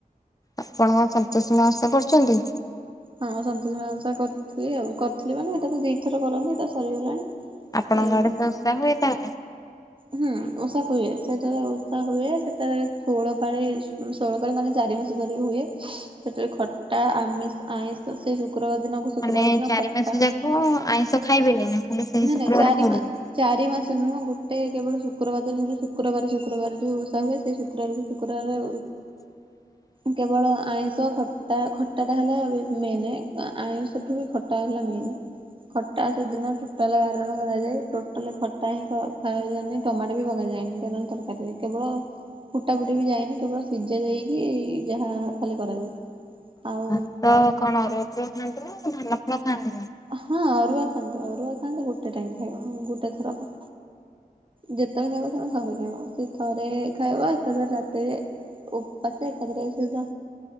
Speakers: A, on the left (about 25°); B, on the right (about 35°).
A: ଆପଣ ସନ୍ତୋଷୀ ମା ଓଷା କରୁଛନ୍ତି?
B: ହଁ ସନ୍ତୋଷୀ ମା ଓସା କରିଥିଲି ଆଉ କରିଥିଲି ମାନେ ତାକୁ ଦି ଥର କରନ୍ତି ଏଇଟା ସରିଗଲାଣି।
A: ଆପଣଙ୍କ
B: ଏଇ
A: ଆଡେ ତ ଓଷା ହୁଏ ତାହେଲେ।
B: ହୁଁ ଓଷା ହୁଏ ସେତେବେଳେ ଓଷା ହୁଏ ସେତେବେଳେ ଷୋଳପାଳି ଉଁ ଷୋଳପାଳି ମାନେ ଯା ଚାରି ମାସ ଧରି ହୁଏ ସେଥିରେ ଖଟା ଆମିଷ ଆଇଁଷ ସେଇ ଶୁକ୍ରବାର ଦିନକୁ ଶୁକ୍ରବାର
A: ମାନେ
B: ଦିନ
A: ଚାରି
B: ଖଟା।
A: ମାସ ଯାକ ଆଇଁଷ ଖାଇବେନି ନା ଖାଲି ସେଇ
B: ନାଇଁ
A: ଶୁକ୍ରବାର
B: ନାଇଁ ଚାରି
A: ଖାଇବେନି?
B: ମାସ ଚାରି ମାସ ନୁହଁ ଗୋଟେ କେବଳ ଶୁକ୍ରବାର ଦିନ ଯଉ ଶୁକ୍ରବାର ଶୁକ୍ରବାର ଯୋଉ ଓଷା ହୁଏ ସେଇ ଶୁକ୍ରବାରକୁ ଶୁକ୍ରବାର
A: <inaudible>
B: କେବଳ ଆଇଁଷ ଖଟା ଖଟାଟା ହେଲା ଏବେ ମେନେ ଆ-ଆଇଁଷଠୁ ଖଟା ହେଲା ମେନେ। ଖଟା ସେଦିନ ଠୁ ଟୋଟାଲ ବାରଣ କରାଯାଏ ଟୋଟାଲ ଖଟା ହିଁ ଖ ଖାଏ ଯାଏନି ଟମାଟୋ ବି ପକାଯାଏନି କାରଣ ତରକାରୀରେ କେବ କେବଳ ଫୁଟା ଫୁଟି ବି ଯାଏନି କେବଳ ସିଝା ଯାଇକି ଯାହା ଖାଲି କରାଯାଏ। ଆଉ
A: ଭାତ କଣ ଅରୁଆ ଭାତ ଖାଆନ୍ତି ନା ଧାନ ଫଳ ଖାଆନ୍ତି ନା
B: ହଁ ଅରୁଆ ଖାଆନ୍ତି ଅରୁଆ ଖାଆନ୍ତି ଗୋଟେ ଟାଇମ ଖାଇବ ଗୋଟେ ଥର କ। ଯେତେବେଳେ ଖାଇବ ତମେ ଥରେ ଖାଇବ ସେଇ ଥରେ ଖାଇବ ଏକା ଥରେ ରାତିରେ। ଓପାସେ ଏକଥରକେ ସେଇଟା।